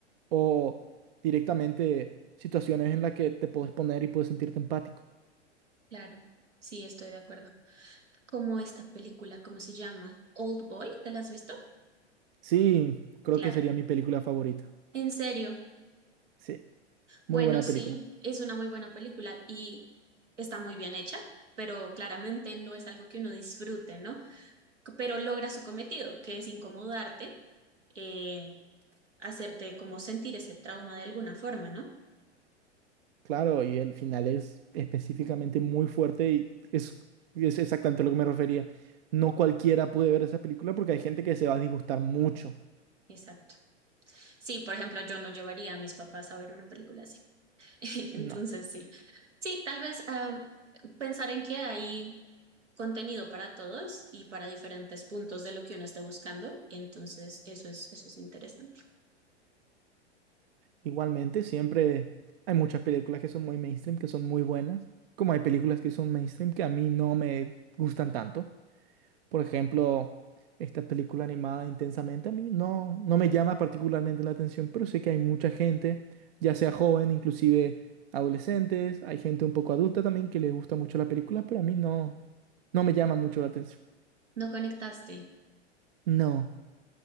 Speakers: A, on the right (about 55°); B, on the right (about 80°).
A: o directamente situaciones en las que te puedes poner y puedes sentirte empático.
B: Claro, sí, estoy de acuerdo. Como esta película, ¿cómo se llama? Old Boy, ¿te la has visto?
A: Sí, creo
B: Claro.
A: que sería mi película favorita.
B: En serio,
A: Sí, muy
B: Bueno,
A: buena
B: sí,
A: película.
B: es una muy buena película y está muy bien hecha, pero claramente no es algo que uno disfrute, ¿no? C- Pero logra su cometido, que es incomodarte, eh, hacerte como sentir ese trauma de alguna forma, ¿no?
A: Claro, y el final es específicamente muy fuerte y es, es exactamente a lo que me refería. No cualquiera puede ver esa película porque hay gente que se va a disgustar mucho.
B: Exacto. Sí, por ejemplo, yo no llevaría a mis papás a ver una película así. <laughs>
A: No,
B: Entonces, sí. Sí, tal vez ah, pensar en que hay contenido para todos y para diferentes puntos de lo que uno esté buscando. Entonces, eso es, eso es interesante.
A: igualmente siempre hay muchas películas que son muy mainstream, que son muy buenas, como hay películas que son mainstream que a mí no me gustan tanto. Por ejemplo, esta película animada Intensamente a mí no, no me llama particularmente la atención, pero sé que hay mucha gente, ya sea joven, inclusive adolescentes, hay gente un poco adulta también que les gusta mucho la película, pero a mí no, no me llama mucho la atención.
B: No conectaste.
A: No,